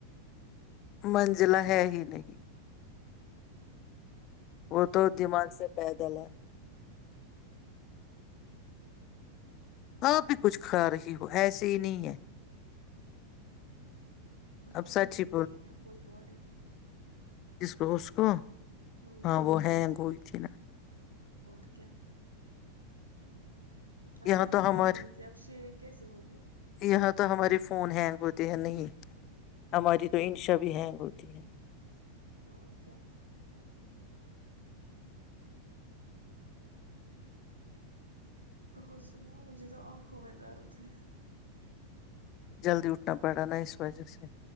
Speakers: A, on the left (about 35°); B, on the right (about 80°).
A: م <unintelligible> ضلا ہے ہی نہیں <unintelligible> وہ تو دماغ سے پیدل ہے آپ بھی کچھ کھا رہی ہو ایسے ہی نہیں ہے
B: اصل
A: اب سچ
B: میں
A: ہی
B: پین ہے فل باڈی میں
A: کس کو اس کو <unintelligible>
B: ہ
A: ہاں وہ ہے کوئی <unintelligible> کھینا <unintelligible>
B: اور کیا ابھی
A: یہاں تو
B: ہ
A: ہمارے
B: گو ت آپ سے <unintelligible> کیسے ہوگی <unintelligible>
A: یہاں تو ہمارے فون ہینگ ہوتے ہیں نہیں ہماری تو انش بھی ہینگ ہوتی ہیں
B: اورچا <unintelligible> ا سنا مجھے تو آنکھوں میں درد ہے
A: جلدی اٹھنا پڑا نا اس وجہ سے